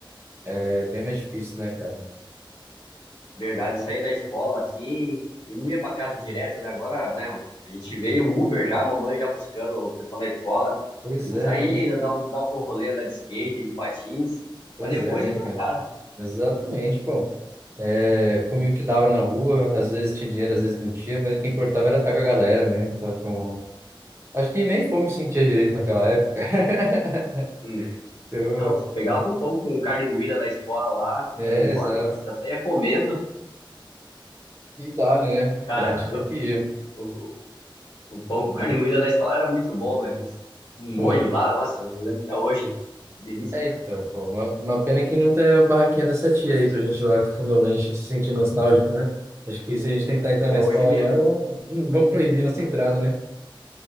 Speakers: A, on the right; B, on the left.
A: é bem mais difícil, né, cara?
B: Verdade, saía da escola assim e não ia pra casa direto, né? Agora, né? A gente veio o Uber já, a mamãe já buscando o pessoal da escola.
A: Pois
B: A gente
A: é,
B: saía,
A: né?
B: ainda dava um, dava um rolê, andar de skate, de patins,
A: Pois
B: pra depois
A: é, né,
B: ir pra
A: cara?
B: casa.
A: Mas Exatamente, pô. É, comia o que dava na rua, às vezes tinha dinheiro, às vezes não tinha, mas o que importava era estar com a galera, né? Tá com Acho que nem fome sentia direito naquela época. <laughs>
B: Hum.
A: Eu...
B: Não, pegava o pão com carne moída da escola lá, só
A: É,
B: ia embora,
A: exato.
B: já saía comendo.
A: E dali, né?
B: Cara,
A: A gente
B: <laughs>
A: viu que ia.
B: o, o pão com carne moída da escola era muito bom, velho. com Um molho
A: Pô,
B: lá, nossa, eu não lembro até hoje. Delícia,
A: é
B: cara.
A: então, pô. Uma, uma pena que não tem a barraquinha dessa tia aí pra gente ir lá comer o lanche, se sentir nostálgico, né? Acho que se a gente tentar entrar
B: É,
A: na
B: hoje
A: escola
B: minha.
A: agora, vão, <laughs> vão proibir nossa entrada, né?